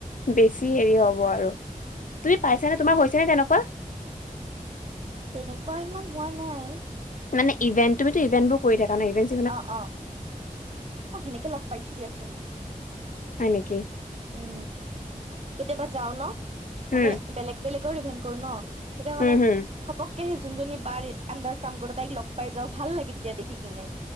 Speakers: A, on the left; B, on the right.
A: বেছি হেৰি হব আৰু তুমি পাইছ নে, তোমাৰ হৈছে নে তেনেকুৱা
B: তেনেকুৱা ইমান হোৱা নাই
A: মানেভন্ তুম ইভন্বোৰ কৰি থাকা নভে
B: অ, 'অ', অ', সেনেকে লগ পাইছো দিয়াচোন
A: হয় নেকি?
B: উম, কেতিয়াবা যাও ন মানে,
A: হুম
B: বেলেগ বেলেগৰ ইভেন্ট কৰো ন কেতিয়া
A: হুম
B: মানে
A: হুম
B: হপককেহি যোনজনী বাৰ আণ্ডাৰত কাম কৰো তাইক লগ পাই যাওঁ, ভাল লাগে দিয়া দেখি কিনে